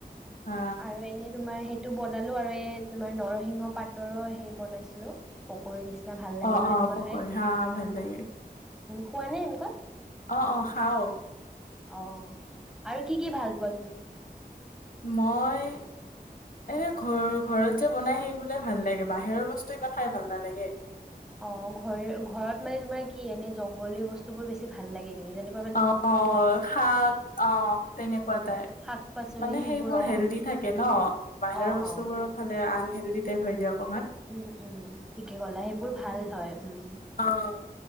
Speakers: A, on the left; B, in the centre.
A: হা,
B: আৰু এনেই তোমাৰ সেই টো বনালো আৰু এই তোমাৰ নৰসিংহ পাতৰো সেই বনাইছিলো৷ পকৰি নিচিনা ভাল লাগে
A: অ',
B: ন
A: অ',
B: এনেকুৱা
A: পকৰি
B: খাই
A: হা ভাল লাগে।
B: খোৱা নে এনেকুৱা?
A: অ-অ খাও৷
B: অঁ আৰু কি-কি ভাল পোৱা তুমি?
A: মই এনে ঘৰ-ঘৰত যে বনাই সেই বোলে ভাল লাগে বাহিৰৰ বস্তু ইমান খাই ভাল নালাগে৷
B: অ ঘৰ-ঘৰ ত মানে তোমাৰ কি এনে জংগলী বস্তু বোৰ বেছি ভাল লাগে নেকি যেনে
A: অ শাক অ তেনেকুৱা তাইপ
B: শাক পাচলি
A: মানে সেইবোৰ
B: অ
A: হেল্ডি থাকে ন বাহিৰৰ
B: অ
A: বস্তুবোৰক
B: অ।
A: হ'লে আনহেলদি টাইপ হৈ য়ে অকণমান৷
B: উম-উম ঠিকে কলা সেইবোৰ ভাল হয় উম৷
A: অ',